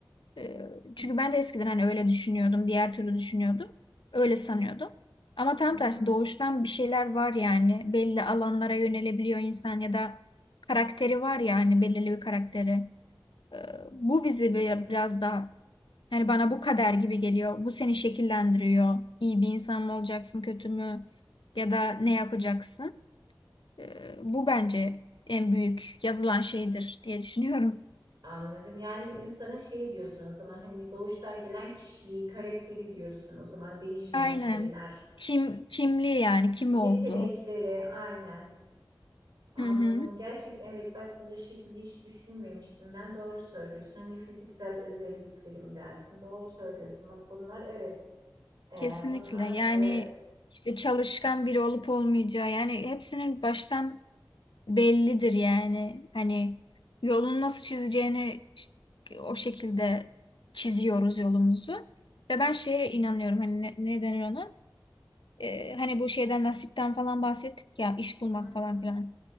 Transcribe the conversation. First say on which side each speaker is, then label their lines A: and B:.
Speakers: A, on the left (about 85°); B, on the right (about 45°).
A: Ee, Çünkü ben de eskiden hani öyle düşünüyordum, diğer türlü düşünüyordum. Öyle sanıyordum. Ama tam
B: Hı hı.
A: tersi doğuştan bir şeyler var yani. Belli alanlara yönelebiliyor insan ya da karakteri var yani belirli bir karakteri. Ee, Bu bizi bir- biraz daha yani bana bu kader gibi geliyor. Bu seni şekillendiriyor. İyi bir insan mı olacaksın, kötü mü ya da
B: Hı,
A: ne yapacaksın? Ee, Bu bence en büyük yazılan şeydir diye düşünüyorum.
B: anladım. Yani insana şey diyorsun o zaman hani doğuştan gelen kişiliği, karakteri diyorsun. O zaman değişmeyen
A: Aynen.
B: şeyler.
A: Kim kimliği yani kim
B: Yetenekleri
A: oldu?
B: aynen. Anladım.
A: Hı hı.
B: Gerçekten evet bak bu şekilde hiç düşünmemiştim. Ben doğru söylüyorsun. Hani fiziksel özellikleri dersin? Doğru söylüyorsun. Bak bunlar evet. E,
A: Kesinlikle.
B: bunlar
A: Yani
B: e,
A: işte çalışkan biri olup olmayacağı yani hepsinin baştan bellidir yani. Hani yolunu nasıl çizeceğini o şekilde çiziyoruz yolumuzu. Ve ben şeye inanıyorum hani ne, ne denir ona? Ee, hani bu şeyden nasipten falan bahsettik ya iş bulmak
B: hı
A: falan
B: hı.
A: filan.